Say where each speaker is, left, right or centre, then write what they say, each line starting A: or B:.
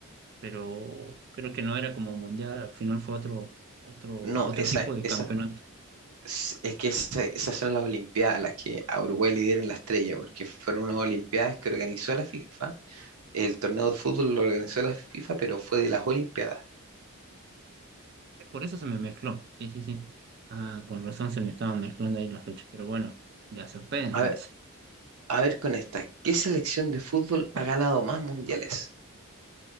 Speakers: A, on the right (about 50°); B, on the right (about 85°).
A: pero creo que no era como mundial. Al final fue otro, otro,
B: No,
A: otro
B: esa,
A: tipo de
B: esa
A: campeonato.
B: Es es que esa- esas son las Olimpiadas, las que a Uruguay le dieron la estrella, porque fueron unas Olimpiadas que organizó la FIFA. El torneo de fútbol lo organizó la FIFA, pero fue de las Olimpiadas.
A: Por eso se me mezcló. Sí, sí, sí. Ah, con razón se me estaban mezclando ahí las fechas. Pero bueno, le acerté entonces.
B: A ver, a ver con esta, ¿qué selección de fútbol ha ganado más mundiales?